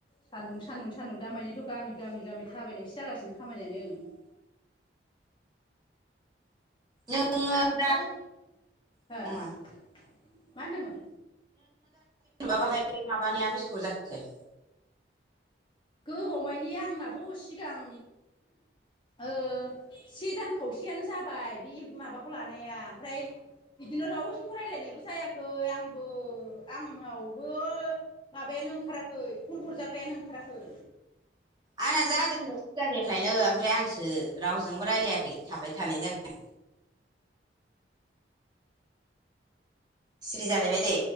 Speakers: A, on the left (about 25°); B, on the right (about 25°).
A: सान्दुं सान्दुं सान्दुं दामानिथ' गामि गामि गामि थाबायनायसो जागासिनो खामानियानो। <inaudible>
B: <unintelligible>
A: आं एखमबा हो
B: मा
A: मा होनदोंमोन?
B: माबाहाय माबानाया बेसे गोबाव जाखो? <unintelligible>
A: गोबावमानि आंनाथ' सिगां ओ से दान खावसेयानो जाबाय बे माबाखौ लानाया ओमफ्राय बिदिनो रावजोंबो रायलायनायबो जायाखै आंबो आंनावबो माबाया नो ओंखाराखै फन हरजाग्रायानो ओंखाराखै।
B: आंना
A: साखि
B: जादोंमोन सिगांनिफ्रायनो ओमफ्राय आंसो रावजोंबो रायलायाखै थाबाय थानाय जादों। सिरि जालायबाय दे